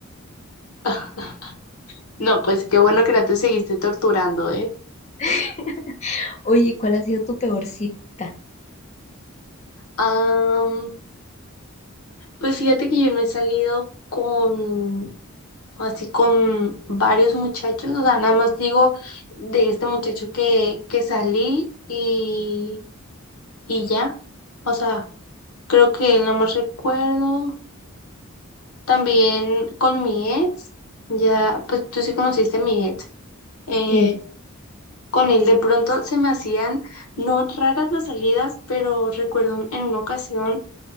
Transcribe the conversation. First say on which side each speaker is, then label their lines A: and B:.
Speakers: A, on the left (about 80°); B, on the left (about 30°).
A: Ah, No, pues qué bueno que no te seguiste torturando, ¿eh?
B: <laughs> Oye, ¿cuál ha sido tu peor cita?
A: Am, pues fíjate que yo no he salido con, así con varios muchachos, o sea, nada más digo de este muchacho que, que salí y, y ya, o sea, creo que no más recuerdo. También con mi ex, ya, pues tú sí conociste a mi ex. eh,
B: Sí.
A: con él de pronto se me hacían no raras las salidas, pero recuerdo un- en una ocasión